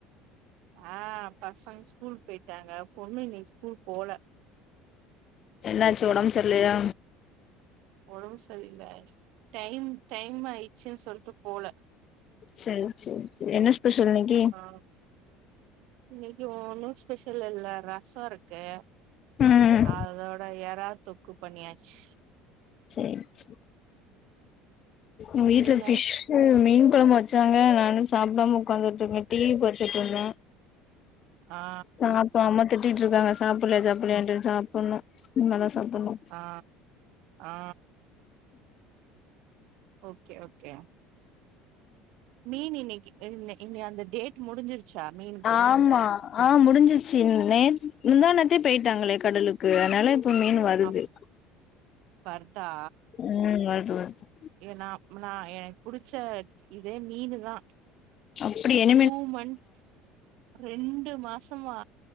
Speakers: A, on the right; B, on the left.
A: ஆ பசங்க ஸ்கூல் போயிட்டாங்க பொண்ணு இன்னைக்கு ஸ்கூல் போல
B: என்னாச்சு உடம்பு சர்ல்லியா
A: ஒடம்பு சரில்ல டைம் டைம் ஆயிச்சுன்னு சொல்ட்டு போல
B: சரி சரி சரி என்ன ஸ்பெஷல் இன்னைக்கி
A: ஆ இன்னைக்கு ஒன்னு ஸ்பெஷல் இல்ல ரசோ இருக்கு
B: ம்
A: அதோட எறா தொக்கு பண்ணியாச்சு
B: சேரி சே உ வீட்ல
A: நீங்க
B: ஃபிஷ் மீன் கொழம்பு வச்சாங்க நானு சாப்டாம உக்காந்துட்டுருக்கே டிவி பாத்துட்டுருந்தே
A: ஆ
B: சாப்பாம திட்டிட்டுருக்காங்க சாப்பலைய சாப்பலையன்ட்டு சாப்பன்னு இன்ம்மே தா சாப்பணு
A: ஆ ஆ ஆ ஓகே ஓகே மீன் இன்னைக்கு இ அந்த டேட் முடிஞ்சிருச்சா மீன்
B: ஆமா ஆ முடிஞ்சிச்சு நேத் முந்தாநேத்தே போயிட்டாங்களே கடலுக்கு அதனால மீனு வருது
A: அப் வர்தா
B: ம் வருது வருது
A: ஏ நா நா எனக்கு புடிச்ச இதே மீனு தா
B: அப்புடி என்
A: டூ மந்த் ரெண்டு மாசமா